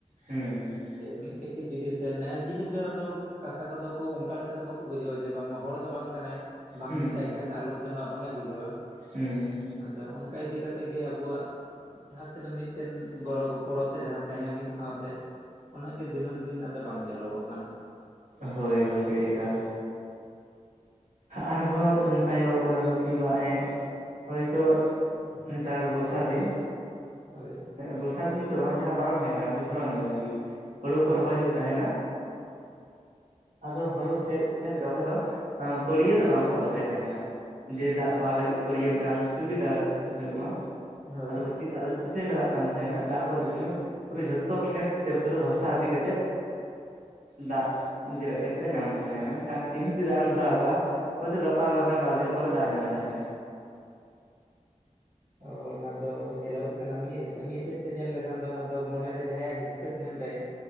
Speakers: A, on the right; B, on the right.
A: ᱦᱩᱸᱻᱦᱩᱸ
B: ᱢᱤᱫ ᱠᱟᱹᱴᱤᱡ ᱡᱩᱫᱤ ᱥᱮᱱ ᱱᱟᱭ ᱡᱤᱱᱤᱥ ᱡᱟᱲᱟ ᱫᱚ ᱠᱟᱛᱷᱟ ᱠᱚᱫᱚ ᱠᱚ ᱚᱱᱠᱟ ᱞᱮᱠᱟ ᱫᱚ ᱵᱟᱠᱚ ᱵᱩᱡᱷᱟᱹᱣᱟ ᱡᱮ ᱵᱟᱝᱢᱟ ᱦᱚᱲ ᱫᱚ ᱵᱟᱝ ᱠᱟᱱᱟᱭ᱾ ᱵᱟᱝ
A: ᱦᱩᱸ
B: ᱢᱮᱛᱟᱭ ᱠᱷᱟᱡ ᱥᱮ ᱟᱞᱚᱢ ᱥᱮᱱᱚᱜ ᱵᱟᱝᱮ ᱵᱩᱡᱷᱟᱹᱣᱟ᱾
A: ᱦᱩᱸ
B: ᱟᱫᱚ ᱚᱱᱠᱟ ᱤᱫᱤ ᱠᱟᱛᱮᱫ ᱜᱮ ᱟᱵᱚᱣᱟᱜᱼᱼ ᱡᱟᱦᱟᱸ ᱛᱤᱱᱟᱹᱜ ᱢᱤᱫᱴᱮᱱ ᱜᱚᱲᱚ ᱜᱚᱯᱚᱲᱚ ᱛᱮ ᱡᱟᱦᱟᱸ ᱛᱟᱦᱮᱸᱱᱟ ᱢᱤᱫ ᱥᱟᱶᱛᱮᱼᱼ ᱚᱱᱟᱜᱮ ᱫᱤᱱᱟᱹᱢ ᱫᱤᱱ ᱟᱫᱚ ᱵᱟᱝ ᱧᱮᱞᱚᱜᱚᱜ ᱠᱟᱱᱟ᱾
A: ᱦᱳᱭ ᱜᱚᱝᱠᱮ ᱮᱠᱟᱞ᱾ ᱟᱨᱦᱚᱸ ᱚᱱᱠᱟ ᱧᱮᱞᱚᱜᱚᱜ ᱠᱟᱱᱟ ᱟᱵᱚ ᱠᱤᱝᱵᱟ ᱮᱸ ᱦᱚᱭᱛᱚᱼᱼ ᱱᱮᱛᱟᱨ ᱵᱚᱨᱥᱟ ᱫᱤᱱᱼᱼ
B: ᱦᱳᱭ᱾
A: ᱵᱚᱨᱥᱟ ᱫᱤᱱ ᱫᱚ ᱵᱟᱝ ᱡᱟᱦᱟᱸ ᱯᱟᱨᱚᱢ ᱦᱮᱡ ᱮᱱᱟ ᱟᱨᱠᱤ ᱫᱷᱚᱨᱚᱱ ᱫᱤᱱ ᱟᱨᱠᱤ ᱦᱩᱲᱩ
B: ᱦᱳᱭ
A: ᱠᱚ ᱨᱚᱦᱚᱭ ᱦᱩᱭᱩᱜᱼᱼ ᱛᱟᱦᱮᱱᱟ <unintelligible> ᱟᱫᱚ ᱦᱳᱲᱳ ᱠᱷᱮᱛ <unintelligible> ᱨᱚᱦᱚᱭ ᱦᱚᱸᱼᱼ ᱯᱟᱹᱲᱭᱟᱹ ᱫᱚ ᱵᱟᱝᱠᱚ ᱫᱚᱦᱚᱭ ᱛᱟᱦᱮᱱᱟ ᱡᱮ ᱫᱟᱜ ᱯᱟᱣᱟ ᱞᱟᱹᱜᱤᱫ ᱯᱟᱹᱲᱭᱟᱹ ᱢᱤᱫᱴᱟᱝ ᱥᱩᱵᱤᱫᱷᱟ ᱦᱩᱭᱩᱜ ᱢᱟᱼᱼ
B: ᱦᱳᱭ
A: ᱟᱫᱚ ᱠᱚ ᱪᱮᱫᱼᱼ ᱪᱤᱠᱟᱹᱭ ᱞᱟᱜᱟᱜ ᱠᱟᱱ ᱛᱟᱦᱮᱱᱟ ᱫᱟᱜ ᱠᱚ ᱤᱫᱤ ᱥᱚᱢᱚᱭ ᱯᱩᱨᱟᱹ ᱡᱷᱚᱛᱚ ᱠᱷᱮᱛ ᱪᱟᱹᱯᱞᱟᱹ ᱵᱷᱟᱥᱟ ᱤᱫᱤ ᱠᱟᱛᱮᱫᱼᱼ ᱫᱟᱜ ᱱᱤᱡᱮᱨᱟᱜ ᱠᱷᱮᱛᱨᱮ ᱧᱟᱢ ᱛᱟᱦᱮᱱᱟᱭ ᱢᱮᱱᱠᱷᱟᱱ ᱛᱤᱦᱤᱧ ᱡᱩᱫᱤ ᱫᱟᱜ ᱮᱢ ᱫᱷᱚᱨᱟᱣ ᱠᱟᱜᱼᱟᱼᱼ ᱦᱳᱭ ᱛᱚ ᱜᱟᱯᱟ ᱵᱟᱝᱠᱷᱟᱱ ᱵᱟᱨ ᱫᱤᱱ ᱯᱚᱨᱮ ᱫᱟᱜ ᱧᱟᱢ ᱛᱟᱦᱮᱱᱟᱭ᱾
B: ᱚ ᱚᱱᱟ ᱫᱚ ᱧᱮᱞᱚᱜᱚᱜ ᱠᱟᱱᱟ ᱢᱤᱫ ᱞᱮᱠᱟ ᱢᱤᱫ ᱦᱤᱥᱟᱹᱵ ᱛᱮ ᱧᱮᱞ ᱞᱮᱠᱷᱟᱱ ᱫᱚ ᱚᱱᱟ ᱫᱚ ᱢᱚᱱᱮᱨᱮ ᱡᱟᱦᱟᱸᱭᱟᱜ ᱦᱤᱥᱠᱟᱹᱼᱼ ᱛᱟᱦᱮᱱ ᱛᱟᱭᱟ